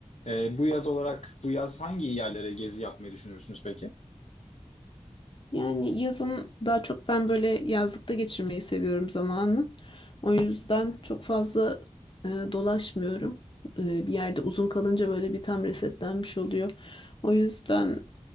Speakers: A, on the left; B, on the left.
A: Ee, bu yaz olarak bu yaz hangi yerlere gezi yapmayı düşünürsünüz peki?
B: Yani yazın daha çok ben böyle yazlıkta geçirmeyi seviyorum zamanı. O yüzden çok fazla e, dolaşmıyorum. E, bir yerde uzun kalınca böyle bir tam resetlenmiş oluyor. O yüzden